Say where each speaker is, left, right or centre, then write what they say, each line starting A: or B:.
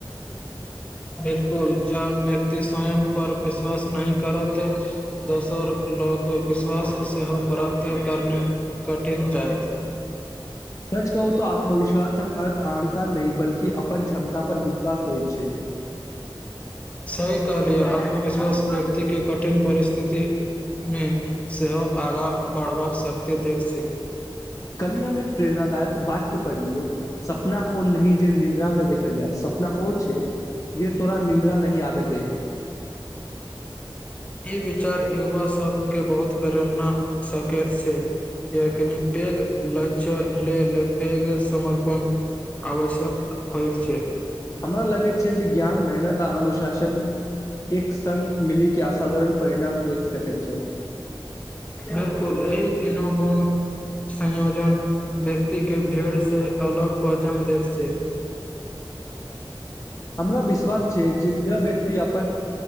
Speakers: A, on the left; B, on the left.
A: बिलकुल जब व्यक्ति स्वयंपर विश्वास नहि करत दोसर लोक विश्वास सेहो प्राप्त करना कठिन जायत।
B: सच कहू तऽ आत्मविश्वासक अर्थ अहंकार नहि बल्कि। कि अपन क्षमता पर विश्वास होइ छै।
A: सही कहलियै आत्मविश्वास व्यक्तिके कठिन परिस्थितिमे सेहो आगाँ बढ़बाक शक्ति दैत छै।
B: कली हम एक प्रेरणादायक वाक्य पढ़ लियौ सपना ओ नह जे निद्रा मे देखल जाय सपना ओ छै जे तोरा निद्रा नही आबे देह।
A: ई विचार युवा सब के बहुत प्रेरणा सकैत छै यक पैघ ल्ष्य लेल पैघ समर्पण आवश्यक होय छै।
B: हमरा लगैत छै जे ज्ञान मेहनत आ अनुशासन एक सग मिलिक के असाधारण। परिणाम दे सक छै।
A: बिलकुल एहि तीनू गुण संयोजन व्यक्तिके भीड़सँ अलग पहचान दैत छै।
B: हमरा विश्वास छै जे ज व्यक्ति अपन